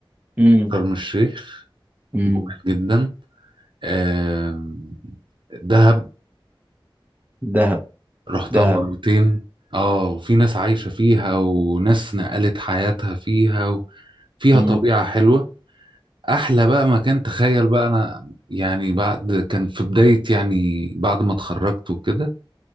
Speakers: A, on the right (about 20°); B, on the right (about 60°).
A: امم
B: شرم الشيخ
A: امم
B: جميل جدا آه، دهب
A: دهب
B: رحتها
A: دهب
B: مرتين اه وفي ناس عايشة فيها وناس نقلت حياتها فيها وفيها
A: امم
B: طبيعة حلوة احلى بقى مكان تخيل بقى انا يعني بعد كان في بداية يعني بعد ما اتخرجت وكده